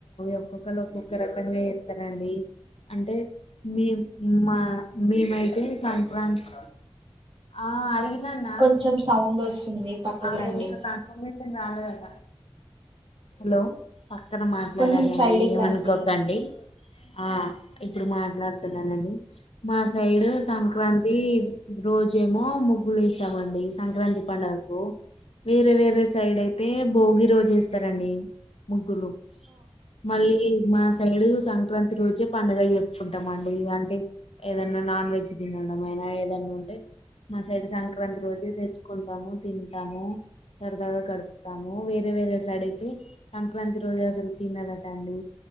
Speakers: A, on the left (about 75°); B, on the right (about 65°).
A: ఒక్కొక్కళ్ళు ఒక్కొక్క రకంగా చేస్తారండి అంటే మేం మా మేమైతే సం వన్స్ ఆ అడిగిన అన్న
B: కొంచెం సౌండ్ వస్తుంది పక్కకు
A: ఆ
B: రండి
A: ఇంకా కన్ఫర్మేషన్ కాలేదు అట లో పక్కన మాట్లాడానండి
B: కొంచెం సైడ్కి
A: ఏమనుకోకండి
B: రండి
A: ఆ ఇప్పుడు మాట్లాడుతున్నానండి మా సైడు సంక్రాంతి రోజేమో ముగ్గులు వేసామ సంక్రాంతి పండగకు వేరే వేరే సైడ్ అయితే భోగి రోజు వేస్తారండి ముగ్గులు మళ్ళీ మా సైడు సంక్రాంతి రోజే పండుగ జరుపుకుంటాం అండి ఈగాన్ని ఏదన్నా నాన్ వెజ్ తినడం ఆయినా ఏదన్నా ఉంటే మా సైడ్ సంక్రాంతి రోజే దె కుంటాము తింటాము సరదాగా గడుపుతాము వేరే వేరే సైడ్ అయితే సంక్రాంతి రో రోజు అసలు తినరాటండి